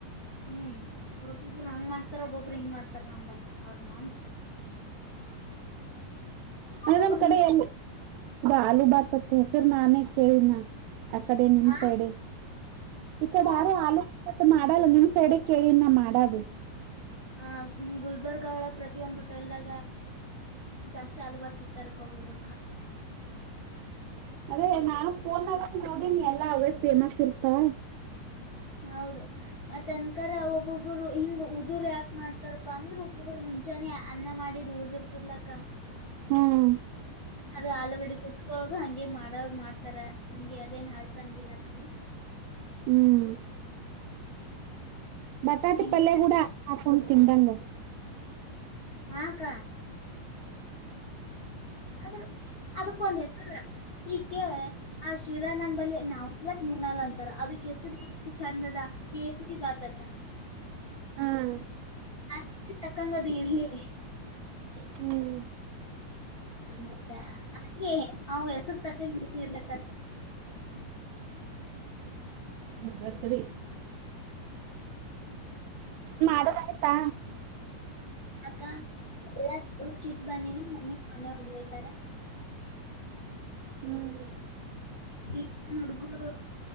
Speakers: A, on the left; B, on the right.
A: ಹ್ಮ್ ಒಬ್ಬೊಬರು ಹಂಗ್ ಮಾಡ್ತಾರ ಒಬ್ಬೊಬ್ಬರು ಹಿಂಗ್ ಮಾಡ್ತಾರ ನಮ್ಮಂಬಿ ಅವ್ರ ಮನ್ಸು ಒಬ್ಬೊಬ್ರು
B: ಅೆ ನಮ್ಮ್ ಕಡೆ ಎ ಆಲಲು ಬಾತತ್ತೆ ಹೆ ಸರ್ ನಾನೇ ಕೇಳಿನ ಅ ಕಡೆ ನಿಮ್
A: ಹಾ
B: ಸೈಡೆ ಈಕಡೆ
A: ಹ್ಮ
B: ಯಾರು ಆಲೋ ಬಾತ್ ಮಾಡ ಮಾಡಲ್ಲ ನಿಮ್ ಸೈಡೆ ಕೇಳಿನ ಮಾಡದು
A: ಹ ಗುಲ್ಬರ್ಗ ಅವಳ ಪ್ರತಿಯೊಂದುಹೋಟೆಲ್ದಾಗ ಜಾಸ್ತಿ ಹಲು ಬರ್ತಿತ್ತರ್ ಕಬಬ
B: ಅದೇ ನಾಳೆನ ನೋಡನ್ ಎಲ್ಲಾ ಅವೇ ಫೇಮಸ್ ಇರ್ತಾವ
A: ಹೌದು ಮತ್ತ ತನ್ಕರ ಒಬ್ಬೊಬ್ಬರು ಹಿಂಗ ಉದುರು ಯಾಕೆ ಮಾಡ್ತಾರಪ್ಪಾ ಅಂದ್ರೆ ಒಬ್ಬೊಬ್ಬರು ಮುಂಜಾನೆ ಅನ್ನ ಮಾಡ ಉಳ್ದಿರ್ತದ್ಲಕ್ಕ
B: ಹ್ಮ್
A: ಅದು ಆಲಗಡಿ ಕೋದಾಸ್ಕೋಳೂದು ದು ಹಗೆ ಮಾಡ ಮಾಡ್ತಾರ ಹಂಗೆ ಅವದೇನ್ ಹಳ್ಸ ಹಂಗಿಲ್ಲ ಅಂತ ಹೇಳಿ
B: ಹ್ಮ್ ಬಟಾಟಿ
A: ಹೆಂಗ
B: ಪಲ್ಲಯ ಗುಡ ತಿಂಡಂಗ
A: ಹಾಕ್ಕ ಆದ್ರೂ ಅದಕ್ಕೊಂದ್ ಹೆತ್ತ ಈಕ ಆ ಶಿರಾ ನಂಬಲ್ಲಿ ನಮ್ಮಲ್ಲ ನೂಣಲ್ಲ ಅಂತಾರ ಅದಕ್ಕೆ ಹೆಸರಿಟ್ಟ ಚೆಂದದ ಕಸರಿ ಬತತ
B: ಹ್ಮ
A: ನಾ ತಕ್ಕಂಗದ ಇರ್ಲಿ
B: ಹ್ಮ್
A: ಹ ಮತ್ತೆ ಹಾಗೆ ಅವ ಹೆಸರು ತಕಲಿ ಇರ್ಲಕ್ಕ
B: ಹ್ರ ಸರಿ ಮಾಡದ ಆಯ್ತಾ
A: ಅಕ್ಕ ಎಲ್ಲ ಚಿಟ್ ಬಂದಿನಿ ಮಮ್ಮಿ ಮನೆ ಹೋಗಲೇತಾರ
B: ಹ್ಮ್
A: ಈ ಹುಡ್ಗು